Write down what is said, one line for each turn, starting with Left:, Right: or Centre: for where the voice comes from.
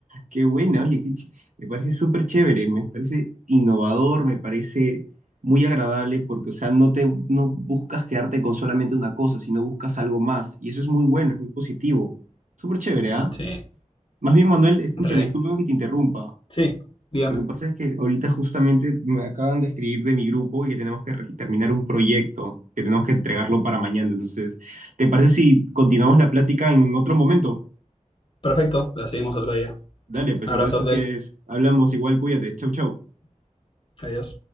Right: Qué buena, oye, qué ch- me parece súper chévere, me parece innovador, me parece muy agradable porque, o sea, no te, no buscas quedarte con solamente una cosa, sino buscas algo más. Y eso es muy bueno, es muy positivo. Súper chévere, ¿ah?
Left: Sí,
Right: Más bien, Manuel, escúchame,
Left: re.
Right: discúlpame que te interrumpa.
Left: Sí, dígame.
Right: Lo que pasa es que ahorita justamente me acaban de escribir de mi grupo y que tenemos que re- terminar un proyecto, que tenemos que entregarlo para mañana. Entonces, ¿te parece si continuamos la plática en otro momento?
Left: Perfecto, la seguimos otro día.
Right: Dale, pues
Left: Abrazo,
Right: entonces
Left: Abdel.
Right: así es. Hablamos igual, cuídate. Chau, chau.
Left: Adiós.